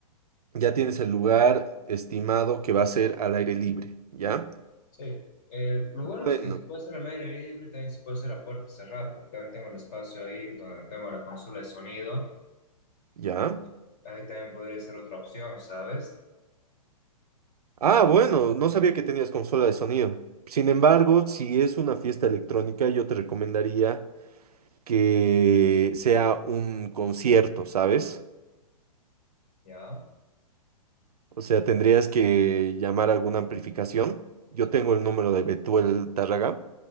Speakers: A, on the right; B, on the left.
A: Ya tienes el lugar estimado que va a ser al aire libre, ¿ya?
B: Sí. Eh, lo bueno
A: Bueno,
B: es que se puede hacer al aire libre, también se puede hacer a puerta cerrada, porque también tengo el espacio ahí donde tengo la consola de sonido.
A: ¿ya?
B: Entonces, ahí también podría ser otra opción, ¿sabes?
A: Ah, bueno, no sabía que tenías consola de sonido. Sin embargo, si es una fiesta electrónica, yo te recomendaría que sea un concierto, ¿sabes?
B: Ya.
A: O sea, tendrías que llamar a alguna amplificación. Yo tengo el número de Betuel Tárraga,